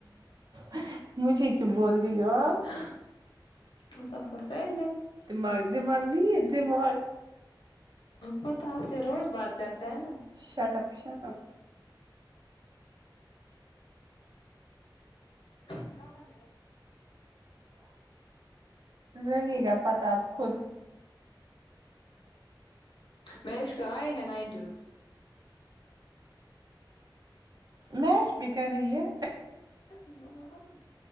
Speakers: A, on the right (about 55°); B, on the left (about 80°).
A: ہ مجھے کیوں بول رہی ہو آپ
B: ہ وہ تو اپکا فرینڈ ہے
A: دماغ دماغ نہیں ہے دماغ
B: وہ تو آپ سے روز بات کرتا ہے نا
A: شٹ اپ شٹ اپ
B: کیا پڑھنے
A: لگے گا پتا اب خود
B: مش کا آئے ہیں نائنٹی روپ
A: نوش بھی کر رہی ہے
B: <unintelligible>